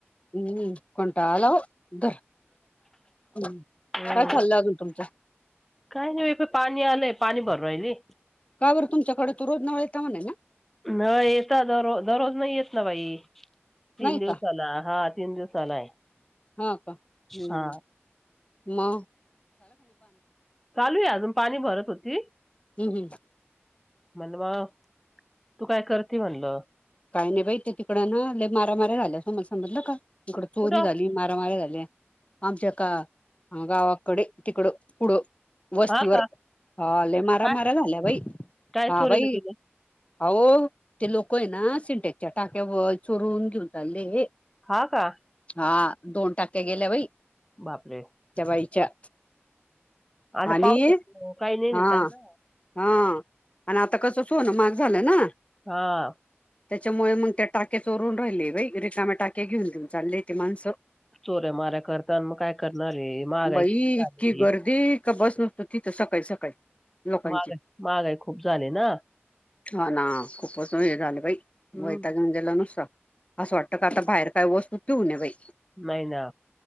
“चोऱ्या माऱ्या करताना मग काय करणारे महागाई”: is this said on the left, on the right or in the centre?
Centre